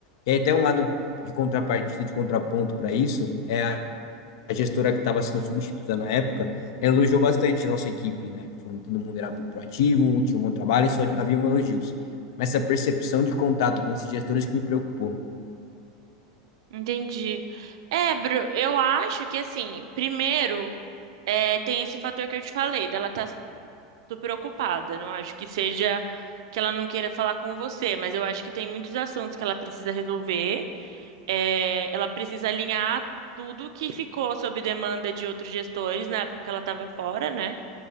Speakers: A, on the left; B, on the right.
A: E aí, até um lado de contrapartida, de contraponto para isso, é a gestora que estava sendo substituta na época, ela elogiou bastante a nossa equipe, né? Falando que todo mundo era muito proativo, tinha um bom trabalho, e só havia um elogios. Mas essa percepção de contato com esses gestores que me preocupou.
B: Entendi. É, Bru, eu acho que assim, primeiro, é, tem esse fator que eu te falei, dela tá super ocupada. Não acho que seja que ela não queira falar com você, mas eu acho que tem muitos assuntos que ela precisa resolver. é, ela precisa alinhar tudo que ficou sob demanda de outros gestores na época que ela estava fora, né?